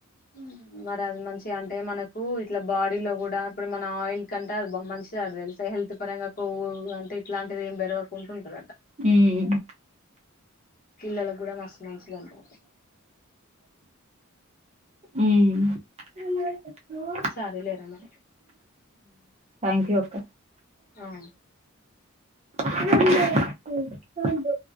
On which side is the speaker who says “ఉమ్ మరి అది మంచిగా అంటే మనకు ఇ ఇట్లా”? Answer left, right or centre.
Left